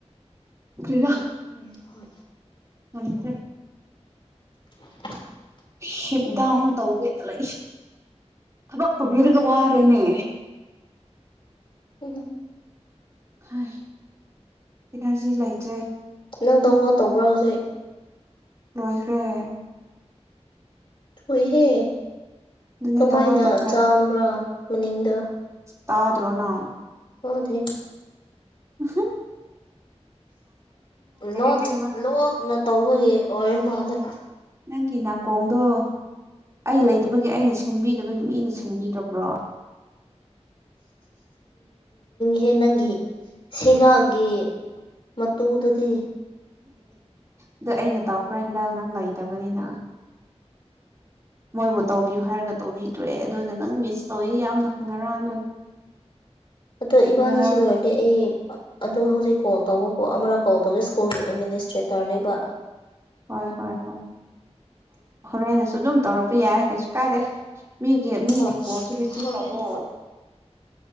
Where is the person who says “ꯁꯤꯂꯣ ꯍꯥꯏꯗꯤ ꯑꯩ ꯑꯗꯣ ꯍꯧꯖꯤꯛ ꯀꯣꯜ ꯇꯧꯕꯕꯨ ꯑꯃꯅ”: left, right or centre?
Left